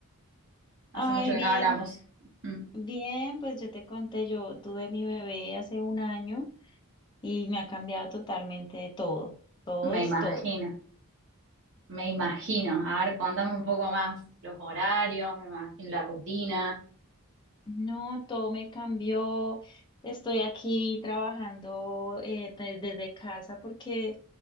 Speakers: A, on the right; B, on the left.
A: Hace
B: Ay,
A: mucho que
B: bien,
A: no hablamos. Mm,
B: bien, pues yo te conté, yo tuve mi bebé hace un año y me ha cambiado totalmente de todo, todo
A: Me
B: es
A: imagino,
B: todo.
A: me imagino. A ver, contame un poco más los horarios, me imagino la rutina.
B: No, todo me cambió, estoy aquí trabajando eh, de- desde casa porque,